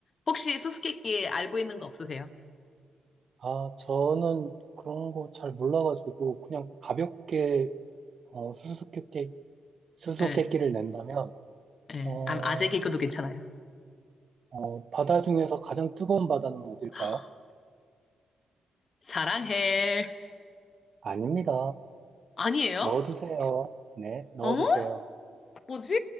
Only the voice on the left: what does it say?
혹시 수수께끼 알고 있는 거 없으세요?
예,
예.
아, 아재 개그도 괜찮아요.
<gasps> 사랑해.
아니에요?
어? 뭐지?